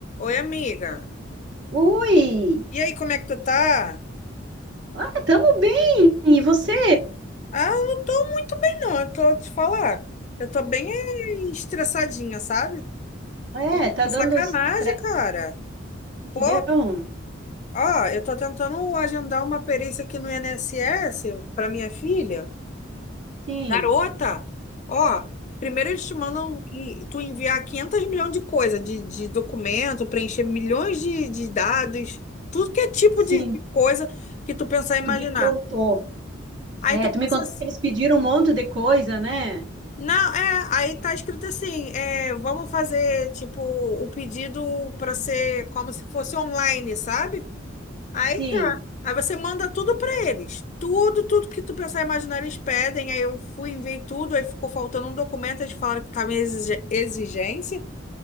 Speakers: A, on the left; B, on the right.
A: Oi, amiga.
B: Oi!
A: E aí, como é que tu tá?
B: Ah, tamo bem! E você?
A: Ah, eu não tô muito bem, não. Eu tô te falar. Eu tô bem eh, estressadinha, sabe?
B: Ah, é,
A: Ai,
B: tá
A: Que
B: dando
A: sacanagem,
B: estresse
A: cara.
B: que
A: Pô,
B: deu?
A: ó, eu tô tentando agendar uma perícia aqui no INSS pra minha filha.
B: Sim,
A: Garota, ó, primeiro eles te mandam e- tu enviar 500 milhões de coisa, de, de documento, preencher milhões de, de dados, tudo que é tipo
B: sim,
A: de, de coisa que tu pensar e imaginar.
B: tu me contou.
A: Aí
B: É,
A: tu
B: tu
A: pensa
B: me contou
A: assim.
B: que eles pediram um monte de coisa, né?
A: Não, é, aí tá escrito assim, é, vamos fazer, tipo, o pedido para ser como se fosse online, sabe? Aí
B: Sim,
A: tá. Aí você manda tudo para eles. Tudo, tudo que tu pensar e imaginar, eles pedem. Aí eu fui, enviei tudo, aí ficou faltando um documento, eles falaram que tava em exige- exigência